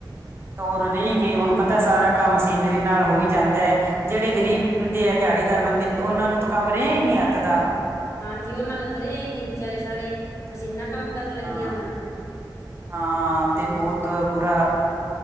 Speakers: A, on the right (about 30°); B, on the left (about 40°).
A: ਤੋਰ ਰਈ ਗਈ ਹੁਣ ਪਤਾ ਸਾਰਾ ਕੰਮ ਮਸ਼ੀਨਰੀ ਨਾਲ ਹੋ ਹੀ ਜਾਂਦਾ ਹੈ ਜਿਹੜੇ ਗਰੀਬ
B: ਹੂੰ
A: ਬੰਦੇ ਹੈ ਦਿਹਾੜੀ ਦਰ ਬੰਦੇ ਉਹਨਾਂ ਨੂੰ ਤਾਂ ਕੰਮ ਰਿਆ ਈ ਨੀ ਹੱਤ ਦਾ
B: ਹਾਂਜੀ ਉਹਨਾਂ ਨੂੰ ਤਾਂ ਰਿਆ ਈ ਨੀ ਵਿਚਾਰੇ
A: ਹਾਂਜੀ,
B: ਸਾਰੇ ਮਸ਼ੀਨਾਂ
A: ਹਾਂਜੀ,
B: ਕੰਮ ਕਰਨ
A: ਹਾਂ।
B: ਲੱਗੀਆਂ ਹੁਣ
A: ਹਾਂ ਤੇ
B: ਹੂੰ
A: ਬਹੁਤ ਬੁਰਾ